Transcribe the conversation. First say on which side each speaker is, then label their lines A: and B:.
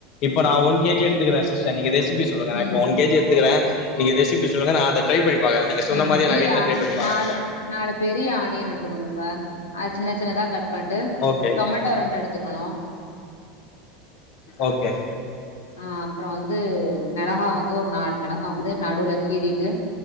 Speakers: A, on the left; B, on the left.
A: இப்ப நான் உன் கேஜி எடுத்துக்குறேன் சேரி நீ ரெசிபி சொல்லங்க நான்
B: ம்.
A: இப்ப ஒன் கேஜி எத்துக்கிறேன் ரெசிபி சொல்லுங்க ந அத ட்ரை பண்ணி பாக்குறேன் நீங்க சொன்ன
B: உம்
A: மாரியே
B: பெரிய
A: நான் வீட்ல
B: அணி
A: ட்ரை பண்ணி பாக்குறேன்
B: நாலு நாலு பெரிய ஆணியன் எடுத்துக்கணும் சார் அத சின்ன சின்னதா கட் பட்டு
A: ஓகே
B: டொமேட்டோ ரெண்டு எடுத்துக் க்காணும்
A: ஓகே
B: அஹ் அப்புறம் வந்து மெளகா வந்து ஒரு நாலு மெளகா வந்து நடுவுல கீறிட்டு